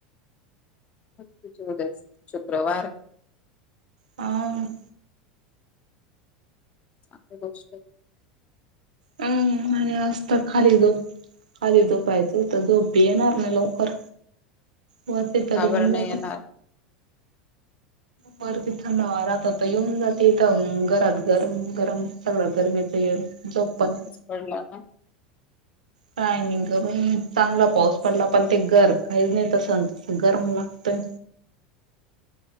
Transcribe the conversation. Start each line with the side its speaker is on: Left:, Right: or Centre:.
Left: त च उदस शुक्रवार
Right: ह
Left: चांगली गोष्ट आहे
Right: हम्म असतात खाली जो खाली झोपायच तर झोप येणार नाही लवकर वते तर
Left: का
Right: येऊन
Left: बरं नाही
Right: जाते
Left: येणार
Right: व तिथं नव राहातता येऊन जातेथं घरात गरम गरम सगळं गरमेच ये जॉब पण
Left: पडणार ना
Right: काय नाही ग बाई चांगला पाऊस पडला पण ते गर काही नाही तसं तस गरम लागतय
Left: <inaudible>